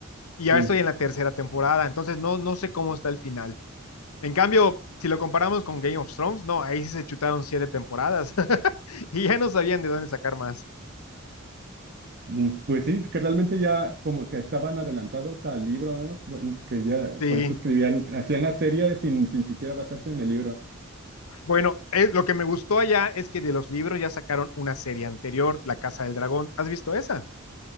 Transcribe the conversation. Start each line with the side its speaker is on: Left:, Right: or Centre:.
Left: Y
Right: sí.
Left: ahora estoy en la tercera temporada, entonces no, no sé cómo está el final. En cambio, si lo comparamos con Game of Thrones, no, ahí sí se chutaron siete temporadas <laughs> y ya no sabían de dónde sacar más.
Right: Mm, Pues sí, que realmente ya como que estaban adelantados al libro, ¿no? Bueno, que ya
Left: Sí.
Right: por eso escribían, hacían la serie sin, sin siquiera basarse en el libro.
Left: Bueno, eh, lo que me gustó allá es que de los libros ya sacaron una serie anterior, La Casa del Dragón. ¿Has visto esa? <laughs>